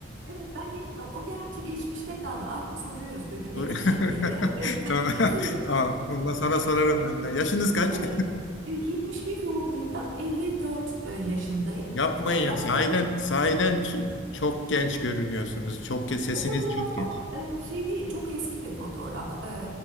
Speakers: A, on the right; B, on the left.
A: Evet ben gitme. O gerçi geçmişte kaldı. Artık soruyoruz böyle
B: Sor-
A: net bir şekilde.
B: <laughs>
A: <laughs>
B: Tamam.
A: Şey,
B: Tamam. Bundan sonra sorarım
A: e,
B: ben de. Yaşınız kaç?
A: evet. E, yetmiş bir doğumluyum ben. 54 e, yaşındayım.
B: <laughs> Yapmayın
A: E, ama
B: ya. Sahiden,
A: o,
B: sahiden
A: o
B: ç- çok genç görünüyorsunuz. Çok ge- sesiniz
A: O fotoğraf
B: çok genç.
A: ama e, şey değil, çok eski bir fotoğraf. E,